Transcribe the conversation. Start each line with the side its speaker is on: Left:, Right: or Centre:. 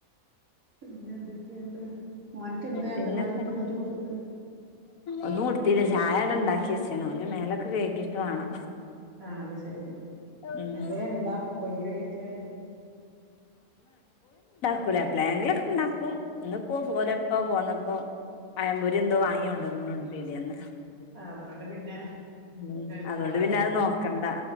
Right: പിന്നെന്തൊക്കെയൊണ്ട് മോൻക്കെ ന്താ
Left: പിന്നൊക്കെ
Right: അംഗൽവാടി വിട്ടെന്നിട്ട് കൊടുത്തെ
Left: ഒന്നും കൊടാത്തീല്ല ചായ ആവിടെ ണ്ടാക്കിയെച്ച്ണ് ഓൻ ഞ് മേലൊക്കെ കഴ്കിട്ട് വാണം
Right: ആ അത് ശരി
Left: ഉം
Right: എന്തേലും ണ്ടാക്കൊ പൊരിക്കടിയൊക്കെ
Left: കൂല എപളേങ്കി ലൊക്കെ ഇണ്ടാക്കും ഇന്ന്പ്പോ ഓലപ്പോ പോന്നപ്പോ പകമ്പൊരി എന്തോ വാങ്ങിയോണ്ടോന്ന് ന്ന്ണ് പീടിയേന്ന്
Right: അതുകൊണ്ട് പിന്നെ
Left: ഉം
Right: എളുപ്പാണ്
Left: അതൊണ്ട് പിന്നെ അത് നോക്കണ്ടാ